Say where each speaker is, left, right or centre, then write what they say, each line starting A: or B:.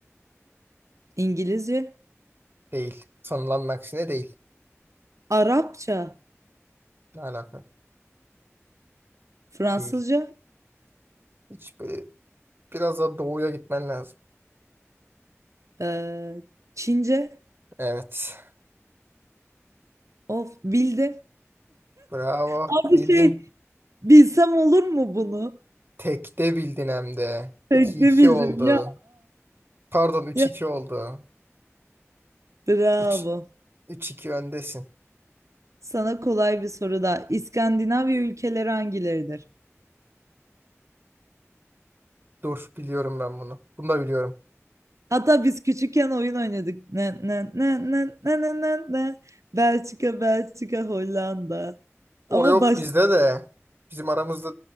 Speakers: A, on the right; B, on the right.
A: İngilizce,
B: değil. Sanılanın aksine değil.
A: Arapça,
B: Ne alaka?
A: Fransızca,
B: Değil. Hiç böyle biraz daha doğuya gitmen lazım.
A: eee, Çince.
B: Evet.
A: Of bildim.
B: Bravo.
A: Abi
B: Bildin.
A: şey bilsem olur mu bunu?
B: Tekte bildin hem de.
A: Tek
B: iki iki
A: de bildim
B: oldu.
A: ya.
B: Pardon üç
A: Ya
B: iki oldu.
A: bravo.
B: üç 3-2 öndesin.
A: Sana kolay bir soru daha. İskandinavya ülkeleri hangileridir?
B: Dur biliyorum ben bunu. Bunu da biliyorum.
A: Hatta biz küçükken oyun oynadık. Ne ne ne ne ne ne ne ne. Belçika, Belçika, Hollanda.
B: O
A: Ama
B: yok
A: başta
B: bizde de. Bizim aramızda